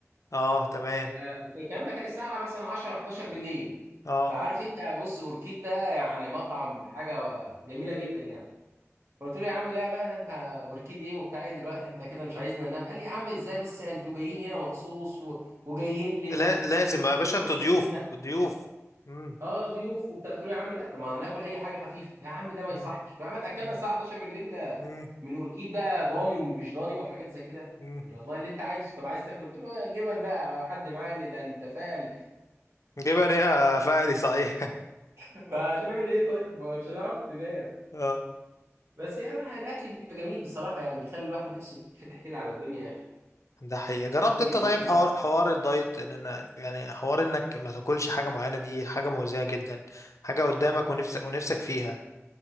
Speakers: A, on the left (about 80°); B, on the right (about 60°).
A: اه تمام
B: آه، الكلام ده كان الساعه مثلا 10 11 بالليل
A: اه
B: فعارف انت بص اوركيد ده يعني مطعم حاجه جميله جدا يعني قلت له يا عم لا لا لا انت اوركيد ايه وبتاع ايه دلوقتي انت كده مش عايزنا ننام قال لي يا عم ازاي بس انتوا جايين هنا مخصوص و... وجايين لي
A: لا
B: وتقولوا
A: لازم
B: لي
A: يا باشا
B: اكلكم
A: انتوا
B: عيش
A: ضيوف
B: وجبنه
A: ضيوف مم.
B: اه ضيوف وبتاع قلت له يا عم لا طب ما ناكل اي حاجه خفيفه يا عم ده ما
A: مم.
B: يصحش طب يا عم اتاكلنا
A: مم.
B: الساعه 11 بالليل آه،
A: مم.
B: من اوركيد بقى ضاني ومش ضاني وحاجات زي كده
A: مم.
B: قال لي والله اللي انت عايزه طب عايز تاكل قلت له آه، جبن بقى حد معاه اللي ده انت فاري
A: جبن ايه يا فقري صحيح <laughs>
B: <laughs> ما هتعمل ايه طيب ما مش هنعرف ننام
A: اه
B: بس يعني الاكل بيبقى جميل بصراحه يعني بيخلي الواحد نفسه تتفتح كده على الدنيا يا
A: ده حقيقة جربت
B: اخي
A: انت طيب حوار حوار الدايت ان إن- يعني حوار انك ما تاكلش حاجة معينة دي حاجة مؤذية جدا حاجة قدامك ونفسك ونفسك فيها